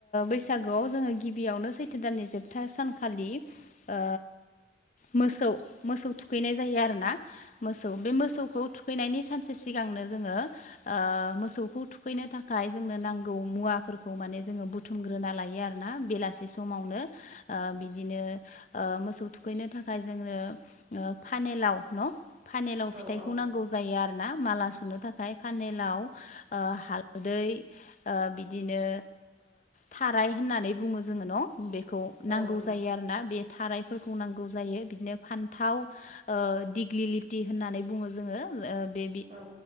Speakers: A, on the left (about 40°); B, on the right (about 35°).
A: बैसागुआव जोङो गिबियाव नो सैथो दाननि जोबथा सानखालि ओ मोसौ मोसौ थुखैनाय जायो आरोना। मोसौ बे मोसौखौ थुखैनायनि सानसे सिगांनो जोङो मोसौखौ थुखैनो थाखाय जोंनो नांगौ मुवा फोरखौ माने जोङो बुथुमग्रोना लायो आरोना बेलासि समावनो बिदिनो ओ मोसौ थुखैनो थाखाय जोङो फानेलाव न' फानेलाव
B: औ
A: फिथाइखौ
B: औ
A: नांगौ जायो आरो। ना माला सुनो थाखाय पानेलाव ओ हालदै बिदिनो थाराय होननानै बुङो जोङो न' बेखौ
B: औ
A: नांगौ
B: नंगौ
A: जायो आरोना। बे थारायफोरखौ नांगौ जायो बिदिनो फान्थाव दिग्लिलिथि होननानै बुङो जोङो बे
B: औ